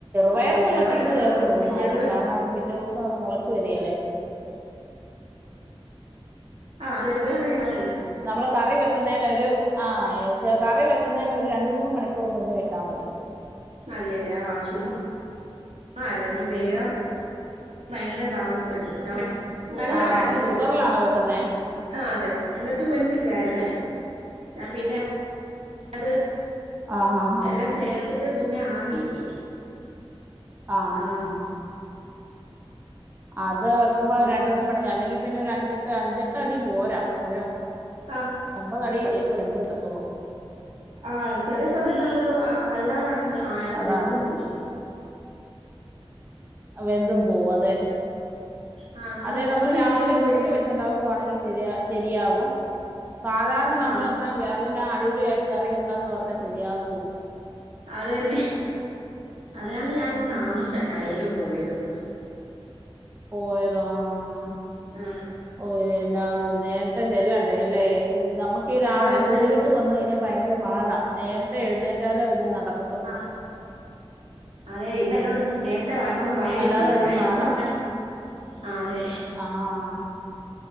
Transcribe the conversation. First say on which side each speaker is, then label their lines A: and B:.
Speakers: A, on the right; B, on the right.
A: പയറു
B: ഓ
A: വെള്ളത്തി
B: ഞാന്
A: ഇടുകയാലും
B: അങ്ങ്
A: തോന്നുന്ന
B: ചെറുപ
A: ആരും കാരണം അവ <inaudible> ദിവസം അത് മുളച്ച വരികേലെ
B: ആഹ ചെറുപയർ <inaudible>
A: നമ്മള് കറി വെ- വെക്കുന്നതിന ഒരു ആ കറി വെക്കുന്നന് ഒരു രണ്ട മൂന്ന് മണിക്കൂർ മുന്നേ ഇട്ടാ മതി
B: മതിയല്ലേ ആഹ ചുമ്മാ ആല്ല ഇന്ന് വേഗം ഭയങ്കര താമസം എടുത്തു നല്ല
A: ആഹ്
B: തവണ അടുപ്പിൽ വെച്ച്
A: കുക്കറിലാണോ വെക്കുന്നേ
B: ആ അതെ എന്നിട്ടും വെന്തില്ലായിരുന്നേ ഞാൻ പിന്നെ അത്
A: ആഹ് ആഹ്
B: എല്ലം ചേര്ത്തിട്ട് പിന്നെ ആവി കേറ്റി
A: ആഹ
B: ആ
A: ആഹ് ആഹ് അത് വെക്കുമ്പോ ഒരു
B: രാ
A: രണ്ട മൂന്ന് മണി അല്ലെങ്കി പിന്നെ ഒരു അഞ്ചെട്ട് അഞ്ചെട്ട് അടി പോരാ ഓരോ
B: ആ
A: ഒമ്പതടിയേ ശരിും അത എന്ത് തത്തുള്ളൂ <unintelligible>
B: ആ ചില സമയത്ത്ങ്ങ വല്ലാതെ അങ് ആ
A: അതാണ്
B: വെന്തും പോവും
A: വെന്തും പോവും
B: ആ നമ്മള്
A: അതെ
B: നോക്കിയിരിക്കുമ്പോ
A: നമ്മൾ രാവിലെ ധൃതി
B: വേ
A: വെച്ചണ്ടാക്കുവാണെങ്കിൽ ശരി ശരിയാകും സാധാരണ
B: ആ
A: നമ്മൾ എന്നാൽ അതെല്ലാം അടിപൊളിയായിട്ട് കറി വെക്കാന്ന് പറഞ്ഞാ ശരിയാകത്തുമില്ല
B: അത തന്നെ അത് തന്നെ ഞാന
A: ഉം.
B: താമസ കടയിലും പോയത് ആ <inaudible>
A: പോയതോ ആ ആ ആ
B: ആ
A: ഓ എന്നാ നേരത്തെ ചെല്ലണ്ട അല്ലേ നമുക്ക് ഈ രാവിലെ
B: ആ ഇന്നലെ
A: പൊതുകിട്ട് വന്ന കഴിഞ്ഞാൽ ഭയങ്കര പാടാ നേരത്തെ എഴുന്നേറ്റാലോ പിന്നെ നടക്ക
B: ആ് അതെ ഇന്ന് എന്നോടൊന്ന് നേരുത്തേ ഇ വരണന്ന് പറയുകയും
A: അല്ലാതെ
B: ചെയ്തു
A: വരുമ്പോ
B: ഞാൻ
A: പാടാ
B: എന്നും അങ്ങനെ ആ അതെ
A: ആ ആ